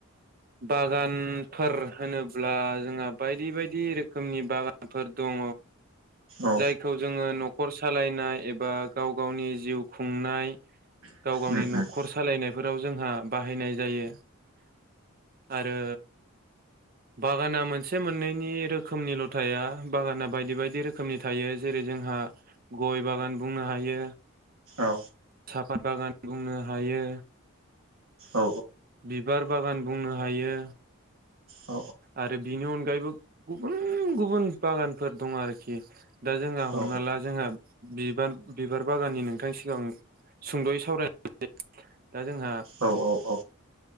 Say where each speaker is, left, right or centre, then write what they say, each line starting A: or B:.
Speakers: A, on the right (about 40°); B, on the right (about 70°).
A: बागानफोर होनोब्ला जोंहा बायदि बायदि रोखोमनि बागानफोर दङ
B: औ
A: जायखौ जोङो नखर सालायनाय एबा गाव गावनि जिउ खुंनाय गाव गावनि
B: उम
A: नखर
B: उम
A: सालायनायफोराव जोंहा बाहायनाय जायो आरो बागाना मोनसे मोननैनिरोखोमनिल थाया बागाना बायदि बायदि रोखो रोखोमनि थायो जेरै जोंहा गय बागान बुंनो हायो
B: औ
A: साफत बागान बुंनो हायो
B: औ
A: बिबार बागान बुंनो हायो
B: औ
A: आरो बिनि अनगायैबो गुबुन गुबुन बागानफोर दङ आरोखि दा जोंहा हमना
B: औ
A: ला जोंहा बिबार बिबार बागाननि नोंथांनि सिगां सुंद'यै सावरायनानै दा जोंहा
B: औ